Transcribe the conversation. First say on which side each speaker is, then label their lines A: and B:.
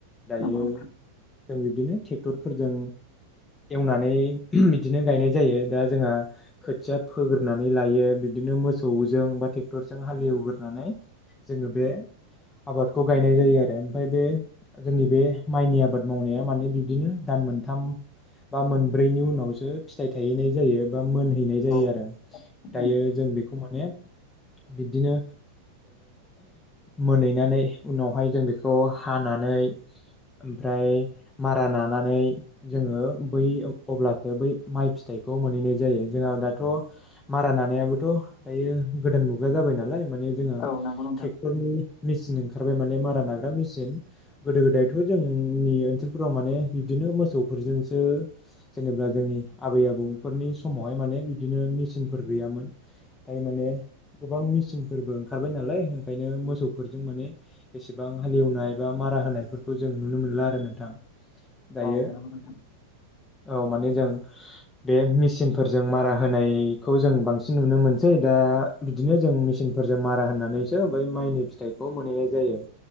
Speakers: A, on the left; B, on the left.
A: दायो
B: नंगौ नोंथां
A: जों बिबदिनो ट्रेक्टरफोरजों एवनानै बिदिनो गायनाय जायो दा जोंहा खोथिया फोग्रोनानै लायो बिदिनो मोसौजों बा ट्रेक्टरजों हालेवग्रोनानै जोङो बे आबादखौ गायनाय जायो आरो ओमफ्राय बे जोंनि बे माइनि आबाद मावनाया माने बिबदिनो दान मोनथाम बा मोनब्रैनि उनावसो फिथाइ थायहैनाय जायो बा मोनहैनाय जायो
B: औ
A: आरो दायो
B: उम,
A: जों बेखौ मोन बिब्दिनो मोनहैनानै उनावहाय जों बे बेखौ हानानै ओमफ्राय मारा नानानै जोङो बै अब्लासो बै माइ फिथाइखौ मोनहैनाय जायो जोंहा दाथ' मारा नानायाबोथ' दायो गोदान मुगा जाबाय नालाय माने जोंहा
B: औ नंगौ नोंथां
A: ट्रेक्टरनि मेसिन ओंखारबाय माने मारा नाग्रा मेसिन गोदो गोदायथ' जोंनि ओनसोलफोराव माने बिबदिनो मोसौफोरजोंसो जेनेबा जोंनि आबै आबौफोरनि समावहाय माने बिब्दिनो मेचिनफोर गैयामोन ओमफ्राय माने गोबां मेचिनफोरबो ओंखारबाय नालाय ओंखायनो मोसौफोरजों माने एसे गोबां हालेवनाय बा मारा होनायफोरखौ जों नुनो मोनला आरो नोंथां दायो
B: औ नंगौ नोंथां
A: औ माने जों बे मेचिनफोरजों मारा होनायखौ जों बांसिन नुनो मोनसै दा बिदिनो जों मेसिनफोरजों मारा होनानैसो बै माइनि फिथाइखौ मोनहैनाय जायो